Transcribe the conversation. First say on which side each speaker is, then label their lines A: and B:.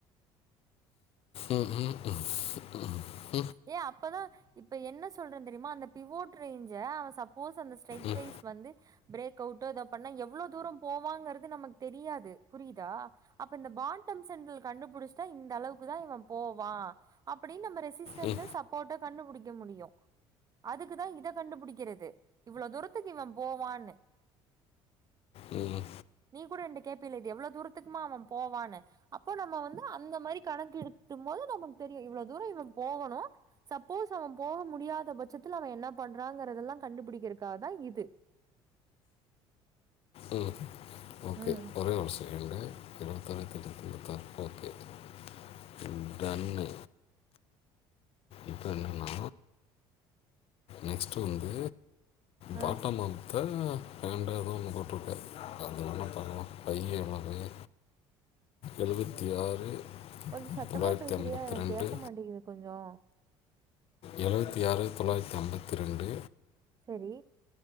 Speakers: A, on the left (about 55°); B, on the right (about 30°).
A: உம் உம் உம் உம்
B: ஏ அப்பதா இப்ப என்ன சொல்றன் தெரியுமா அந்த டிவோட் ரேஞ்ச அவ சப் <unintelligible> ஸ்ட்ரெக்
A: ம்
B: ப்ரைஸ் வந்து பிரேக் அவுட்டோ எதோ பண்ணா எவ்வளோ தூரோ போவாங்கிறது நமக்கு தெரியாது புரியுதா அப்ப இந்த பாட்டம் செண்டல் கண்டுபுடிஷ்டாட்டா இந்த அளவுக்கு தா இவன் போவா அப்படின்னு நம்ம ரெ <unintelligible>
A: ம்
B: சப்போட்டு கண்டுபுடி முடியு அதுக்குதா இத கண்டுபிடிக்கிறது இவ்ளோ தூரத்துக்கு இவ போவான்னு
A: ம்
B: நீ கூட என்ட கேட்பில இது எவ்வளவு தூரத்துக்குமா அவ போவான்னு அப்போ நம்ம வந்து அந்த மாதிரி கணக்கு எட்டும் போது நமக்கு தெரியு இவ்வளோ தூரோ இவன் போகணு சப்போஸ் அவ போக முடியாத பட்சத்துல அவ என்ன பண்றாங்கறதெல்லா கண்டுபிடிக்கிறதுக்காக தா இது
A: உம் ஓகே
B: ம்
A: ஒரே ஒரு ஒன்ஸ் ரெண்டு <unintelligible> டன்னு இப்ப என்னனென்னா நெக்ஸ்ட்டு வந்து பாட்டமாம்
B: ஆ
A: <unintelligible> ஓகே அது வேணா பண்லா பையன் அளவு எழுவத்தி ஆறு
B: கொஞ்சோ சத்தமா
A: தொள்ளாயிரத்தி
B: பேசுறியா
A: ஐம்பத்தி
B: எனக்கு
A: ரெண்டு
B: கேட்க மாட்டேங்குது கொஞ்சோ
A: எழுவத்தி ஆறு தொளாயிரத்தி அம்பத்தி ரெண்டு
B: செரி